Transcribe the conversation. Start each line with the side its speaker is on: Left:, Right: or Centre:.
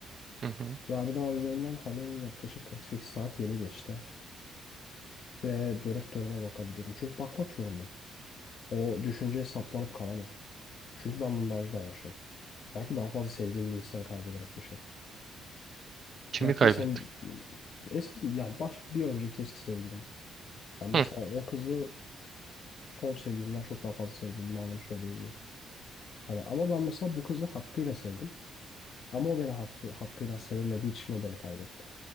Right: Hı hı.
Left: Ve abi daha üzerinden hani yaklaşık 48 saat yeni geçti. Ve dönüp dönüme bakabiliyorum. Çünkü bakmak zorundayım. O düşünceye saplanıp kalamam. Çünkü ben bunun acıdan yaşadım. Belki daha fazla sevdiğim bir insanı kaybederek yaşadım.
Right: Kimi
Left: Belki
Right: kaybettik?
Left: de sen eski yani baş bir önceki eski sevgilimi. Ben mesela
Right: Hı.
Left: o kızı son sevgilimden çok daha fazla sevdiğimi anlamı söyleyebilirim. Hani ama ben mesela bu kızı hakkıyla sevdim. Ama o beni hakkı, hakkıyla sevemediği için o beni kaybetti.